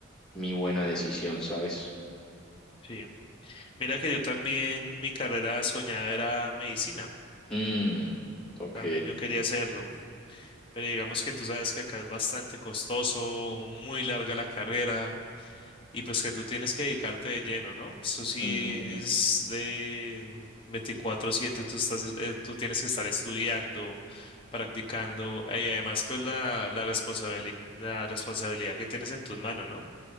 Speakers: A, in the centre; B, on the left.
A: mi buena decisión, ¿sabes?
B: Sí. Mira que yo también, mi carrera soñada era medicina.
A: Mm, ok.
B: También yo quería hacerlo. Pero digamos que tú sabes que acá es bastante costoso, muy larga la carrera. Y pues que tú tienes que dedicarte de lleno, ¿no? Eso sí
A: Ujú, ujú.
B: es de veinticuatro siete tú estás, eh, tú tienes que estar estudiando, practicando, y además pues la, la responsabili- la responsabilidad que tienes en tus manos, ¿no? O